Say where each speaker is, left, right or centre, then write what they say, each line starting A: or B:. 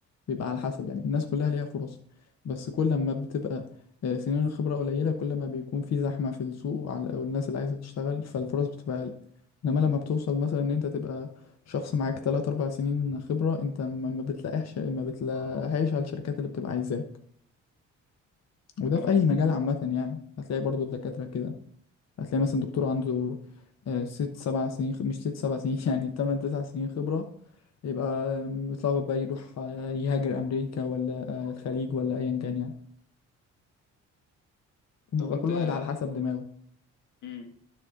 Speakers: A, on the left; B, on the left.
A: بيبقى على حسب يعني الناس كلها ليها فرص بس كل ما بتبقى آه، سنين الخبرة قليلة كل ما بيكون في زحمة في السوق على والناس اللي عايزة تشتغل فالفرص بتبقى أقل إنما لما بتوصل مثلا إن أنت تبقى شخص معاك تلات أربع سنين خبرة أنت ما ما بتلاقيش ما بتلاقيش على الشركات اللي بتبقى عايزاك وده
B: اه
A: في أي مجال عامة يعني هتلاقي برضو الدكاترة كده هتلاقي مثلا دكتور عنده آه، ست سبع سنين خ- مش ست سبع سنين <laughs> يعني تمن تسع سنين خبرة يبقى متلخبط بقى يروح آه، يهاجر أمريكا ولا آه، الخليج ولا أيا كان يعني بيبقى
B: طب انت
A: كل واحد على حسب دماغه
B: مم.